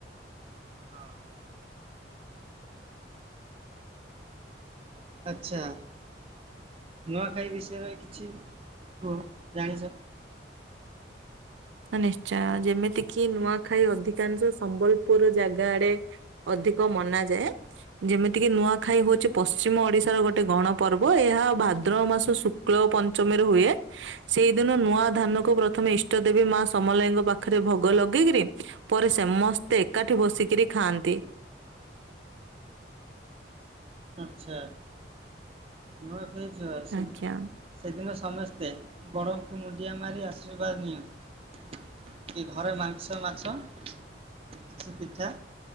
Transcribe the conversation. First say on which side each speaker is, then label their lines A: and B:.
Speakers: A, on the right; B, on the right.
A: ହଁ। ଆଚ୍ଛା। ନୂଆଖାଇ ବିଷୟରେ କିଛି କୁହ ଜାଣିଚ?
B: ହଁ ନିଶ୍ଚୟ। ଯେମିତି କିି ନୂଆଖାଇ ଅଧିକାଂଶ ସମ୍ବଲପୁର ଜାଗା ଆଡେ ଅଧିକ ମନାଯାଏ। ଯେମିତି କିି ନୂଆଖାଇ ହଉଚି ପଶ୍ଚିମ ଓଡିଶାର ଗୋଟେ ଗଣପର୍ବ। ଏହା ଭାଦ୍ରବ ମାସ ଶୁ ଶୁକ୍ଳ ଓ ପଞ୍ଚମୀରେ ହୁଏ। ସେଇ ଦିନ ନୂଆ ଧାନ କୁ ପ୍ରଥମେ ଇଷ୍ଟ ଦେବୀ ମା ସମଲାଇଙ୍କ ପାଖରେ ଭୋଗ ଲଗେଇକିରି ପରେ ସମସ୍ତେ ଏକାଠି ବସିକିରି ଖାଆନ୍ତି।
A: ଆଚ୍ଛା। ନୂଆଖାଇ ଯା ସେ
B: ଆଜ୍ଞା
A: ସେଦିନ ସମସ୍ତେ ବଡଙ୍କୁ ମୁଣ୍ଡିଆ ମାରି ଆଶୀର୍ବାଦ ନିଅନ୍ତି। କି ଘରେ ମାଂସ, ମାଛ କିଛି ପିଠା